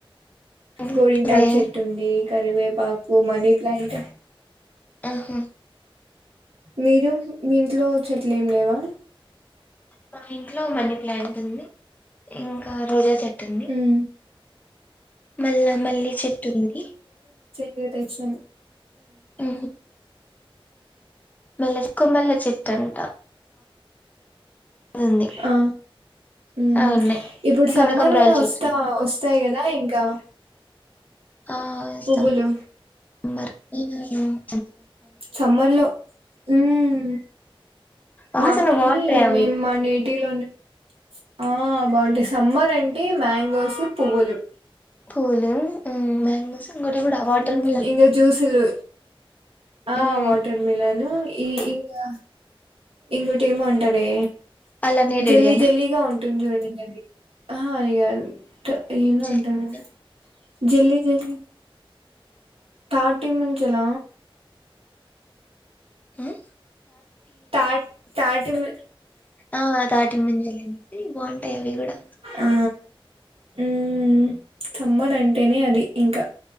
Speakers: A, on the left (about 15°); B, on the right (about 85°).
A: ఉమ్
B: గోరింటాకు
A: వే
B: చెట్టు ఉంది కరివేపాకు మనీ ప్లాంట్
A: ఆహా హు
B: మీరు మీ ఇంట్లో చెట్లు ఏం లేవా
A: మా ఇంట్లో మనీ ప్లాంట్ ఉంది ఇంకా రోజా చెట్ తుంది
B: ఉమ్
A: మల్ల మల్లి చెట్టు ఉంది
B: హు తెచ్చం
A: ఉహు మల్లె చిక్కు మల్లె చెట్టు అంట అది ఉంది
B: ఆ ఉమ్
A: ఆ ఉన్నాయి
B: ఇప్పుడు సమ్మర్
A: కనకంబరాల
B: కదా
A: చెట్లు
B: వస్తా వస్తాయి కదా ఇం ఇంకా
A: ఆ వస్తా
B: పువ్వులు
A: మర్పే కదా
B: సమ్మర్ లో ఉమ్
A: వాసన
B: మాకి
A: బాగుంటాయి అవి
B: మేము మా నీ టిలోనీ ఆ బాగుంటాయి సమ్మర్ అంటే మ్యాంగోస్ పువ్వులు
A: పువ్వులు మ్యాంగోస్ ఇంకోటి కూడా వాటర్
B: ఉమ్
A: మిలన్
B: ఇంకా జూస్లు ఆ
A: ఉమ్
B: వాటర్ మిలను ఈ ఇంకా ఇంగటి ఏమో అంటారే
A: అలానే
B: జెల్లీ
A: రెడీగాయలా
B: జెల్లీగా ఉంటుంది చూడండి ఆహా అది కాదు క ఈను
A: చె
B: అంటాను జిల్లీ జిల్లీ తాటి మంజుల
A: మ్మ్
B: తాట్ తాటి మ
A: ఆ తాటి ముంజలు ఆనేసి బాగుంటాయి అవి కూడా
B: ఆ మ్మ్ కమ్మడ అంటేనే అది ఇంకా